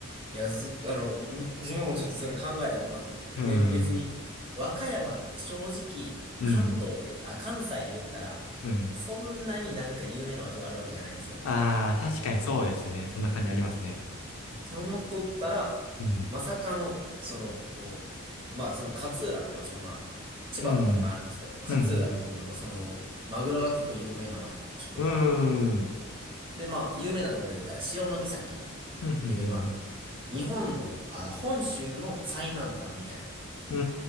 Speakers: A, on the right (about 25°); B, on the left (about 75°).
A: や、ず、あの、ん自分もちょっとそれ考えたことなくて。
B: うん。
A: で、別に、和歌山って正直、
B: うん。
A: 関東で言うと、あ、関西で言ったら、
B: うん。
A: そんなになんか有名な場所があるわけじゃないんですよ。
B: ああ、確かにそうですね。そんな感じありますね。
A: うんって思っとったら、
B: うん。
A: まさかの、その、まあ、その勝浦って場所が、まあ、千葉の方にもあるんですけど、
B: うん。
A: 勝浦っていうのが、
B: うん。うん。うん
A: その、マグロが結構有名な場所とか、
B: うーん。
A: で、まあ、有名なところで言ったら、潮岬
B: ふんふんふんふん。
A: っていう、まあ、日本の、あ、本州の最南端みたいな。
B: うー